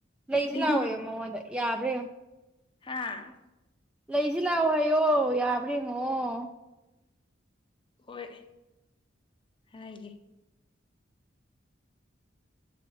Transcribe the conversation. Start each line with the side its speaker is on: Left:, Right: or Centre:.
Centre: ꯂꯩꯁꯤ
Left: ꯅꯣꯛꯅꯤꯡꯉꯦ
Centre: ꯂꯑꯣ ꯃꯉꯣꯟ ꯌꯥ ꯑꯗꯨꯦ
Left: ꯍꯥꯥ
Centre: ꯂꯩꯁꯤ ꯂꯥꯛꯑꯣ ꯍꯥꯏꯌꯣ ꯌꯥ ꯑꯉꯣ
Left: ꯍꯣꯏ ꯍꯥꯏꯒꯦ